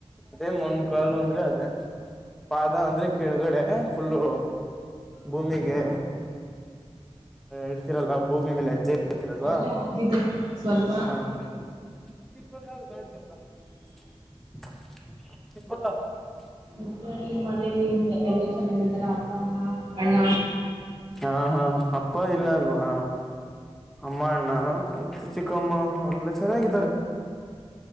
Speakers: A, in the centre; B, on the right.
A: ಅದೇ ಮೊನ್ ಕಾಲು ಅಂದ್ರೆ ಅದೇ. ಪಾದ ಅಂದ್ರೆ ಕೆಳಗಡೆ ಫುಲ್ಲು ಭೂಮಿಗೆ ಇಡ್ತೀರಲ್ಲ ಭೂಮಿ ಮೇಲೆ ಹೆಜ್ಜೆ ಇಡ್ತೀರಲ್ವಾ
B: ಅಲ್ಲೇ ಆಗಿದೆ ಸ್ವಲ್ಪ
A: ಹಾಂ <unintelligible> <unintelligible>
B: ಮತ್ತೆ ನಿಮ್ ಮನೇಲಿ ಎಲ್ಲಾ ಚೆನ್ನಾಗಿದಾರ ಅಪ್ಪ ಅಮ್ಮ ಅಣ್ಣ
A: ಹಾಂ ಹಾಂ ಅಪ್ಪ ಇಲ್ಲ ಅಲ್ವಾ, ಅಮ್ಮ ಅಣ್ಣ ಮತ್ತೆ ಚಿಕ್ಕಮ್ಮ ಅವರೆಲ್ಲಾ ಚೆನ್ನಾಗಿದ್ದಾರೆ.